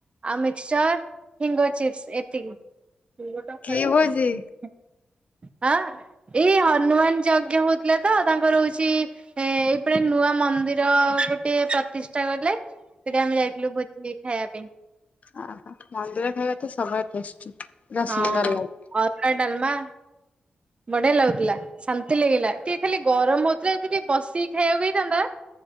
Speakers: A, on the right; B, on the left.
A: ଆଉ ମିକ୍ସଚର ଫିଙ୍ଗର ଚିପ୍ସ ଏତିକି। ଫୁଗୋ ଟା ଖାଇ
B: କି ଭୋଜି?
A: ତ। ହଁ। ଏଇ ହନୁମାନ ଯଜ୍ଞ ହୋଉ ତ ତାଙ୍କ ରହୁଛି କିଛି ଏ ଏଇପଟେ ନୂଆ ମନ୍ଦିର ଗୋଟେ ପ୍ରତିଷ୍ଠା କଲେ। ସେଥି ଆମେ ଯାଇଥିଲୁ ଭୋଜି ଖା ଖାଇବା ପାଇଁ
B: ଅହୋ ମନ୍ଦିର ଖାଇବା ତ ସବୁବେଳେ ଟେଷ୍ଟି। ପୁରା
A: ହଁ
B: ସୁନ୍ଦର ଲାଗେ
A: ଡାଲ୍ ମା ବଢିଆ ଲାଗୁଥିଲା ଶାନ୍ତି ଲାଗିଲା ଟିକେ ଖାଲି ଗରମ ହଉଥିଲା ଯି ଟିକେ ବସିକି ଖାଇବାକୁ ହେଇଥାନ୍ତା